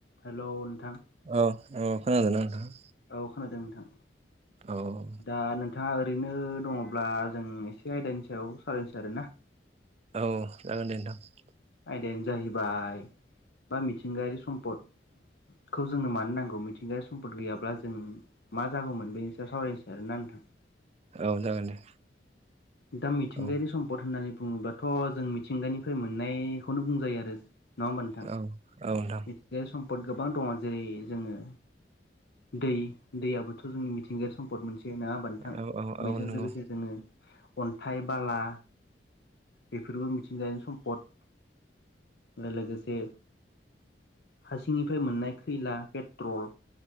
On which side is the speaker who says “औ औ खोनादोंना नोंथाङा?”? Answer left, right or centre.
Right